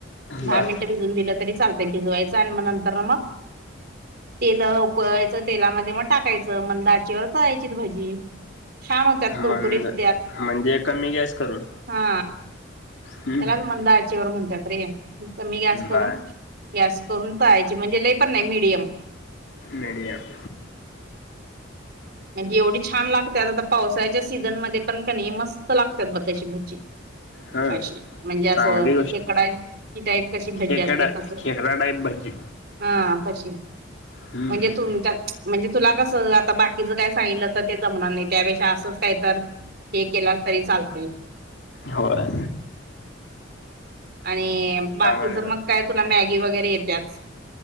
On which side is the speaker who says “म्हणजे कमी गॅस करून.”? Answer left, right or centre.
Left